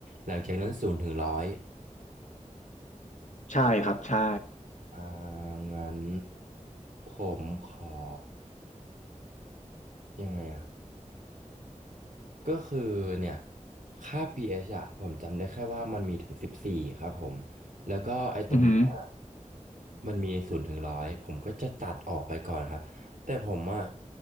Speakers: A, on the right; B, on the left.
A: หลังจากนั้นศูนย์ถึงร้อย
B: ใช่ครับใช่
A: ใช่อ่างั้นผมขอยังไงอะ ก็คือเนี่ยค่า pH อะผมจำได้แค่ว่ามันมีถึงสิบสี่ครับผมแล้วก็ไอ้ตรงเนี้ย
B: อือหือ
A: มันมีศูนย์ถึงร้อยผมก็จะตัดออกไปก่อนครับแต่ผมอะ